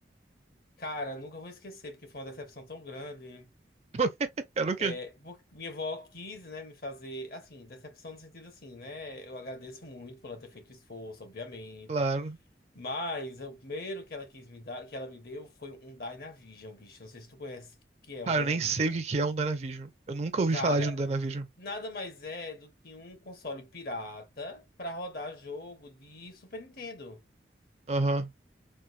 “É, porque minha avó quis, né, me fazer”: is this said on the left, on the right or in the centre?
Left